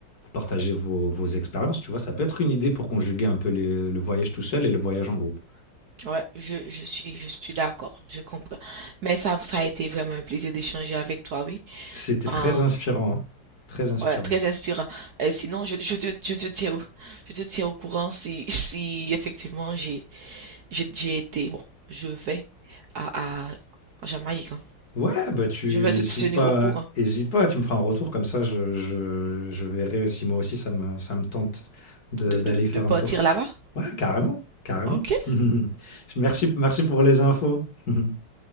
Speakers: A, on the left (about 45°); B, on the right (about 55°).
A: partager vos, vos expériences, tu vois, ça peut être une idée pour conjuguer un peu les- le voyage tout seul et le voyage en groupe.
B: Ouais, je, je suis, je suis d'accord, je comprends. Mais ça, ça a été vraiment un plaisir d'échanger avec toi, oui.
A: C'était très
B: Euh,
A: inspirant, très inspirant.
B: ouais, très inspirant. Et sinon, je, je te, je te tiens au, je te tiens au courant si, si effectivement j'ai, j'ai, j'ai été, bon, je vais à, à, en Jamaïque, hein.
A: Ouais, bah tu
B: Je vais te
A: hésites
B: tenir
A: pas,
B: au courant
A: hésite pas, tu me feras un retour comme ça, je, je, je verrai si moi aussi ça me, ça me tente de-
B: de,
A: d'aller
B: de,
A: faire
B: de partir
A: un tour.
B: là-bas.
A: Ouais, carrément, carrément.
B: Ok?
A: <laughs> Merci, merci pour les infos. <laughs>